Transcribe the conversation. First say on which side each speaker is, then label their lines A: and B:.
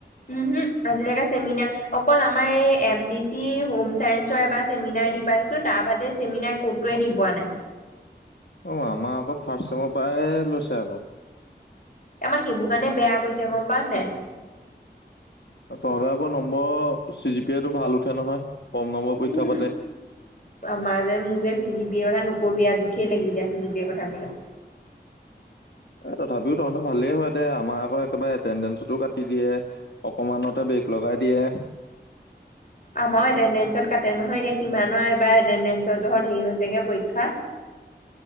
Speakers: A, on the left (about 45°); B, on the left (about 75°).
A: উম হুম আজিলৈকে চেমিনাৰ অকল আমাৰ এই এম ডি দিম হোম চায়ন্সৰ এবাৰ চেমিনাৰ দি পাইছো তাৰ বাদে চেমিনাৰ ক'তোৱে দি পোৱা নাই।
B: অ আমাৰ আকৌ ফাৰ্ষ্ট চেমৰ পাই লৈছে আকৌ।
A: আমাৰ সেইবোৰ কাৰণে বেয়া কৰিছে গম পাওঁ নে নাই?
B: তহঁতে আকৌ number C G P I টো ভাল উঠে নহয় কম নম্বৰ পৰীক্ষা
A: উম
B: পাতে
A: আমাৰ যে মোৰ যে চি জি বি ৰ হে নু কবিয়া দুখেই লাগি যায় চি জি পিৰ কথা বিলাক
B: এ তথাপিও তহঁতৰ ভালেই হয় দে আমাৰ আকৌ একেবাৰে এটেনডেঞ্চতো কাটি দিয়ে অকমানতে ব্ৰেক লগাই দিয়ে।
A: আমাৰ এটেণ্ডেঞ্চত কাটে নহয় এতিয়া কিমানৰ এইবাৰ এটেডেঞ্চৰ জহত হেৰি হৈছেগে পৰীক্ষা।